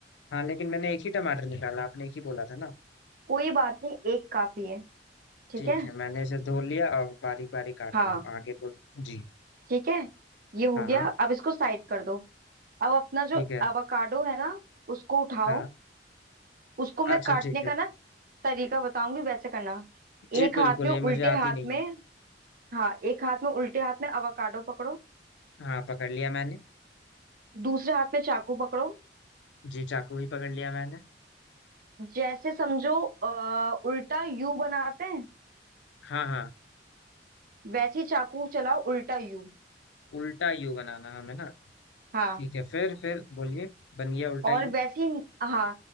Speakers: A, on the left; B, on the right.
A: हाँ लेकिन मैंने एक ही टमाटर निकाला आपने एक ही बोला था ना
B: कोई बात नहीं एक काफी है ठीक
A: ठीक
B: है
A: है मैंने इसे धो लिया और बारीक बारीक काट
B: हाँ
A: रहा हूँ आगे बोल जी
B: ठीक है ये हो
A: हाँ
B: गया
A: हाँ
B: अब इसको साइड कर दो अब अपना जो
A: ठीक है
B: एवोकाडो है ना उसको उठाओ
A: हाँ
B: उसको मैं
A: अच्छा
B: काटने
A: ठीक
B: का
A: है
B: ना तरीका बताऊंगी वैसे करना
A: जी
B: एक
A: बिल्कुल
B: हाथ में उल्टे
A: ये मुझे
B: हाथ
A: आती नहीं
B: में
A: है
B: हाँ एक हाथ में उल्टे हाथ में एवोकाडो पकड़ो
A: हाँ पकड़ लिया मैंने
B: दूसरे हाथ में चाकू पकड़ो
A: जी चाकू ही पकड़ लिया मैंने
B: जैसे समझो अ, उल्टा यू बनाते हैं
A: हाँ हाँ
B: वैसी चाकू चलाओ उल्टा यू
A: उल्टा यू बनाना हमें ना
B: हाँ
A: ठीक है फिर फिर बोलिए बन गया उल्टा
B: और
A: यू
B: वैसी हाँ